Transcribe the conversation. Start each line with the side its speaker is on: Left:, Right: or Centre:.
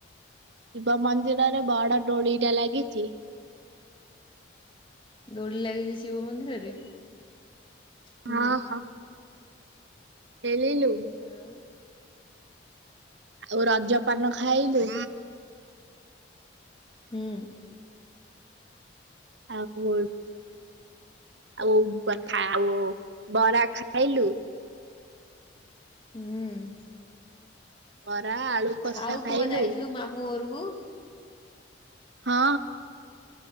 Right: ଶିବ ମନ୍ଦିରରେ ବଡ଼ ଦୋଳିଟା ଲାଗିଚି।
Left: ଦୋଳି ଲାଗିଚି ଶିବ ମନ୍ଦିରରେ। ହୁଁ
Right: ହଁ ହ ଖେଳିଲୁ।
Left: ଆଉ
Right: ଆଉ ରଜପାନ ଖାଇଲୁ।
Left: ହୁଁ।
Right: ଆଉ ଆଉ ବଥା ଆଉ ବରା ଖାଇଲୁ।
Left: ହୁଁ।
Right: ବରା ଆଳୁ କଷା
Left: ଆଉ
Right: ଖାଇଲୁ।
Left: ତୁ ପା ଯାଇଥିଲୁ ମାମୁଁ ଘରକୁ।
Right: ହଁ।